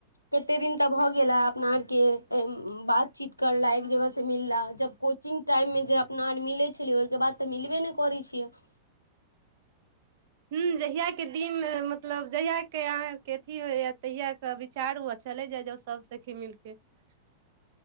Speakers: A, on the left (about 80°); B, on the right (about 50°).
A: कते दिन तऽ भऽ गेलै अपना आरके ए उम्म बातचीत करला एक जगह से मिलला जब कोचिंग टाइममे जे अपना आर मिलै छलियै ओय के बाद तऽ मिलबे नै करै छियै। <unintelligible>
B: हुं जहियाके दिन मे मतलब जहियाके अहाँके अथी होय यै तहियाके विचारु अ चले जाय जाउ सब सखी मिल कऽ। <unintelligible>